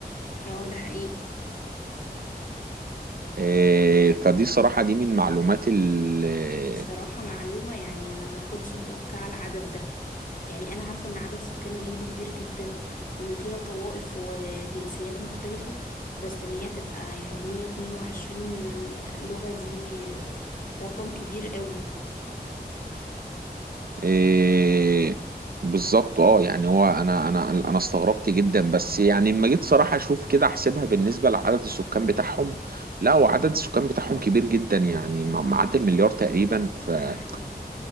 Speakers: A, on the left; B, on the right.
A: اه ده حقيقي
B: آه، فدي الصراحة دي من المعلومات ال-
A: دي بصراحة معلومة يعني أنا ما كنتش متوقعة العدد ده يعني أنا عارفة إن عدد سكان الهند كبير جدا وإن فيها طوائف وجنسيات مختلفة بس إن هي تبقى يعني 122 لغة دي رقم كبير قوي
B: إيه بالظبط اه يعني هو انا انا انا استغربت جدا بس يعني لما جيت صراحه اشوف كده احسبها بالنسبه لعدد السكان بتاعهم لا هو عدد السكان بتاعهم كبير جدا يعني مع- معدي المليار تقريبا فاللي
A: ده حقيقي